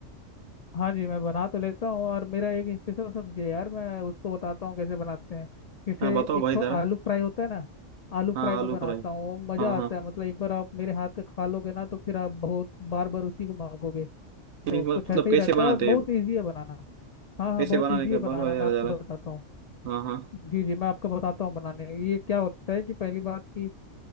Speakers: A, on the left; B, on the right.
A: हाँ जी मैं बना तो लेता हूँ और मेरा एक स्पेशल सब्जी है यार मैं उसको बताता हूँ कैसे बनाते हैं जैसे
B: हाँ बताओ
A: एक
B: भाई
A: तो
B: जरा
A: आलू फ्राई होता है ना आलू
B: हाँ
A: फ्राई में
B: आलू
A: बनाता
B: फ्राई
A: हूँ वो मज़ा
B: हाँ हाँ
A: आता है मतलब एक बार आप मेरे हाथ का खा लोगे ना तो फिर आप बहुत बार बार उसी को मांगोगे
B: नहीं,
A: तो
B: मतलब
A: कुछ ऐसे ही
B: कैसे
A: रहता
B: बनाते
A: है और बहुत
B: हैं
A: ईजी है बनाना हाँ हाँ
B: कैसे
A: बहुत
B: बनाने
A: ईजी
B: का
A: है बनाना
B: बोलो यार
A: मैं आपको
B: जरा
A: बताता हूँ
B: हाँ हाँ
A: जी जी मैं आपको बताता हूँ बनाने ये क्या होता है कि पहली बात कि